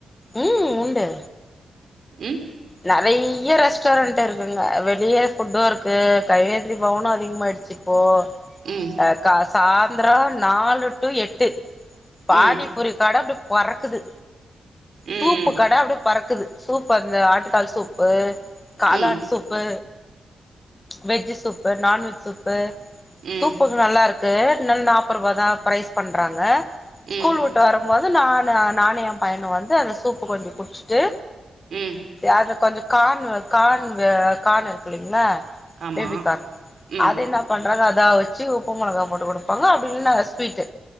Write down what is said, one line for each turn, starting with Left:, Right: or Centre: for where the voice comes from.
Left: ம் உண்டு
Right: ம்
Left: நெறைய ரெஸ்டாரண்ட் இருக்குங்க வெளிய ஃபுட்டு இருக்கு கையேந்தி பவனு அதிகமாயிடுச்சு இப்போ
Right: ம்
Left: அ க சாந்ரோ நாலு டு எட்டு பாடி
Right: ம்
Left: ஒரு கடை அப்டி பறக்குது
Right: ம்
Left: சூப்பு கட அப்டி பறக்குது சூப் அந்த ஆட்டு கால் சூப்பு காளான்
Right: ம்
Left: soup veg soup non veg soup
Right: ம்
Left: சூப்பு நல்லாருக்கு என்ன நாப்பருபாதா ப்ரைஸ் பண்றாங்க ஸ்கூல்
Right: ம்
Left: விட் டு வரும்போது நானு நானு எ பையனு வந்து அந்த சூப்பு கொஞ்ச குடிச்சுட்டு
Right: ம்
Left: அது கொஞ்ச கான் கான் கான் இருக்குல்லலைங்ளா
Right: ஆமா
Left: பேபிகான்
Right: ம்
Left: அத என்ன பண்றாங்க அதா வச்சு உப்பு மெளகா போட்டு கொடுப்பாங்க அப்டி இல்லனா ஸ்வீட்